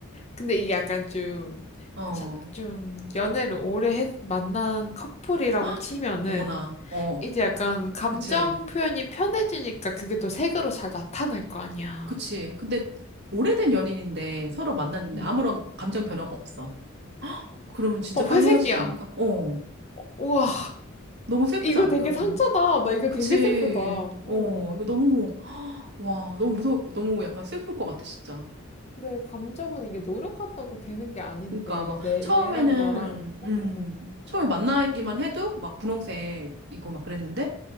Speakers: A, on the left; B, on the right.
A: 근데 이게 약간 좀,
B: 어,
A: 자- 좀 연애를 오래 했, 만난 커플이라고
B: <gasps>
A: 치면은
B: 어머나. 어,
A: 이제 약간 감정
B: 그치.
A: 표현이 편해지니까 그게 또 색으로 잘 나타날 거 아니야.
B: 그치. 근데 오래된 연인인데 서로 만났는데
A: 응.
B: 아무런 감정 변화가 없어. 그러면 진짜
A: 막
B: 빨리
A: 회색이야.
B: 헤어지지 않을까? 어.
A: 우와,
B: 너무 슬프지
A: 이거
B: 않을까,
A: 되게
B: 그러면?
A: 상처다. 나 이거
B: 그치.
A: 되게 슬프다. 어.
B: 어. 이거 너무, <gasps> 와, 너무 무서워. 너무 약간 슬플 것 같아, 진짜.
A: 그래, 감정은 이게 노력 같다고 되는 게 아닌데,
B: 그러니까 막
A: 내,
B: 처음에는,
A: 얘랑 나랑, 어,
B: 음,
A: 어,
B: 처음에 만나기만 해도 막 분홍색이고 막 그랬는데